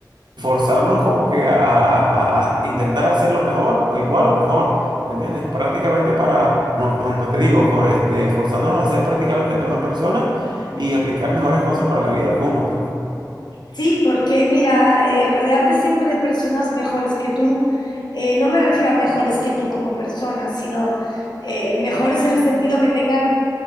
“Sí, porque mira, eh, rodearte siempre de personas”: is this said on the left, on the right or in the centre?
Left